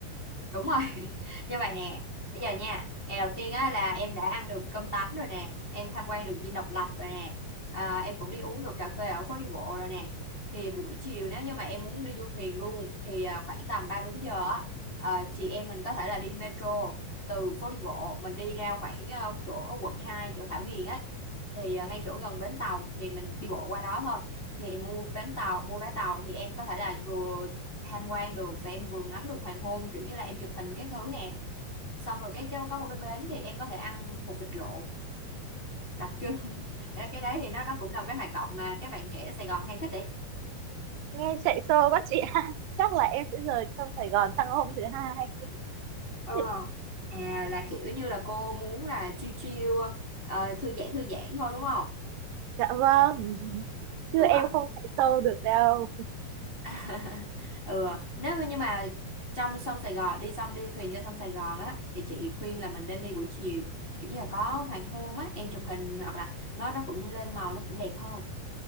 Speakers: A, on the left (about 35°); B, on the right (about 80°).
A: đúng rồi <laughs> như vậy nè bây giờ nha ngày đầu tiên á là em đã ăn được cơm tấm rồi nè em tham quan được dinh độc lập rồi nè à, em cũng đi uống được cà phê ở phố đi bộ rồi nè thì buổi chiều nếu như mà em muốn đi du thuyền luôn thì à, khoảng tầm ba bốn giờ á à, chị em mình có thể là đi metro từ phố đi bộ mình đi ra khoảng ờ, chỗ quận hai chỗ Thảo Điền ấy thì à, ngay chỗ gần bến tàu thì mình đi bộ qua đó thôi thì em mua bến tàu mua vé tàu thì em có thể là vừa tham quan được và em vừa ngắm được hoàng hôn kiểu như là em chụp hình các thứ nè xong rồi cái, cái có một cái bến thì em có thể ăn hột vịt lộn đặc trưng <laughs> cái đấy thì nó nó cũng là một cái hoạt động mà các bạn trẻ ở Sài Gòn hay thích đấy
B: nghe chạy xô quá chị ha chắc là em sẽ rời sông Sài Gòn sang hôm thứ hai
A: Ờ.
B: <laughs>
A: à là kiểu như là cô muốn là chill chill ờ, thư giãn thư giãn thôi đúng không
B: dạ vâng chứ
A: ừ
B: em
A: ạ
B: không chạy xô được đâu
A: <laughs> ừ ạ. nếu mà nhưng mà trong sông Sài Gòn đi xong đi thuyền trên sông Sài Gòn á thì chị khuyên là mình nên đi buổi chiều kiểu như là có hoàng hôn á em chụp hình hoặc là nó nó cũng lên màu nó cũng đẹp hơn